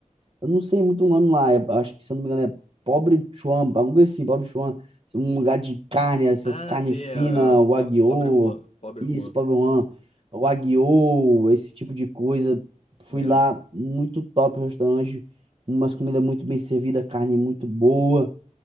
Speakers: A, on the right (about 45°); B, on the left (about 55°).
A: Eu não sei muito o nome lá. é- acho que, se eu não me engano, é Pobre Chuan, algo assim, Pobre Chuan. Um lugar de carne, essas
B: Ah,
A: carnes
B: sim, é,
A: finas,
B: é o po-
A: Wagyu.
B: Pobre Juan. Pobre
A: Isso,
B: Juan.
A: Pobre Juan. Wagyu, esse tipo de coisa. Fui
B: É.
A: lá, muito top o restaurante. Umas comidas muito bem servidas, carne muito boa.